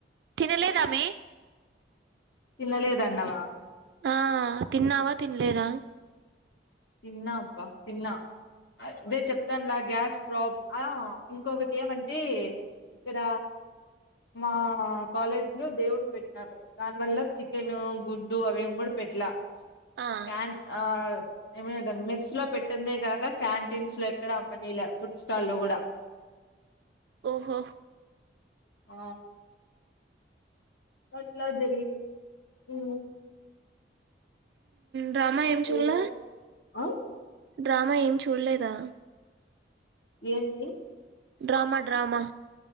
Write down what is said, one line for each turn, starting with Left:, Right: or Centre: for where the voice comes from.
Right: తెలీదా మై
Left: తిన్నలేద్ అన్నవా
Right: ఆ తిన్నావా తినలేదా
Left: తిన్న అబ్బా తిన్న అదే చెప్తాన గ్యాస్ ప్రాబ్ ఆ ఇంకొకటి ఏమంటే ఇక్కడ మా కాలేజ్ లో దేవుని పెట్టినారు. దాని వల్ల చికెన్ గుడ్డు అవీ ఎవర్ పెట్టలా
Right: ఆ
Left: ఫాన్ ఆ ఏమెదం మెస్ లో పెట్టందే గాక క్యాంటీన్స్ లో ఎక్కడ అమ్మనీలే ఫుడ్ స్టాల్ లో కూడా
Right: ఓహో
Left: ఆ అట్లా జరిగింది ఉ
Right: డ్రామా ఏం
Left: చేశాను
Right: చుల్ల
Left: ఆ
Right: డ్రామా ఏం చూడలేదా
Left: ఏంటి
Right: డ్రామా డ్రామా